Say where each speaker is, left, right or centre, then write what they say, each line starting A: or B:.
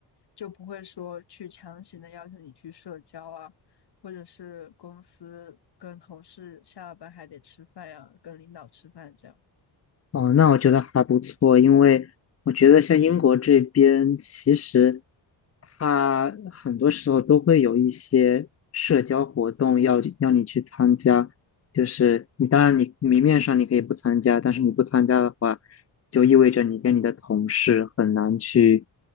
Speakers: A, on the left (about 60°); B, on the left (about 35°).
A: 就不会说去强行的要求你去社交啊，或者是公司跟同事下了班还得吃饭呀、啊跟领导吃饭这样。
B: 哦，那我觉得还不错，因为我觉得像英国这边，其实它很多时候都会有一些社交活动要要你去参加，就是你当然你明面上你可以不参加，但是你不参加的话，就意味着你跟你的同事很难去